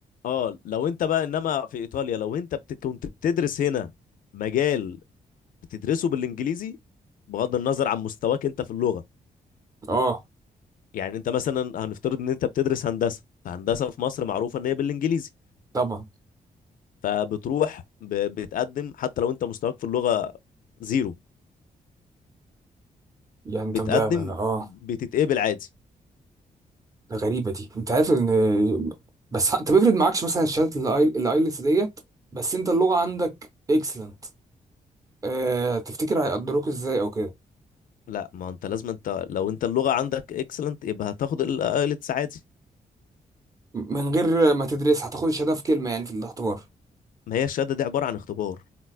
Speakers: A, on the left; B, on the right.
A: اه لو انت بقى انما في ايطاليا لو انت بت... كنت بتدرس هنا مجال بتدرسه بالانجليزي بغض النظر عن مستواك انت في اللغة
B: أه
A: يعني انت مثلا هنفترض ان انت بتدرس هندسة فهندسة في مصر معروفة ان هي بالانجليزي
B: طبعا
A: فبتروح ب- بتقدم حتى لو انت مستواك في اللغة زيرو
B: يعني
A: بتقدم
B: طب ده أه
A: بتتقبل عادي
B: ده غريبة دي أنت عارف إن بس أنت بيفرض معكش مثلا شهادة الآيل- الآيلتس ديت بس أنت اللغة عندك إكسلنت أه تفتكر هيقدروك إزاي أو كده
A: لا ما انت لازم انت لو انت اللغة عندك اكسلنت يبقى هتاخد الايلتس عادي
B: من غير ما تدرس هتاخد الشهادة في كلمة يعني في الاختبار
A: ما هي الشهادة دي عبارة عن اختبار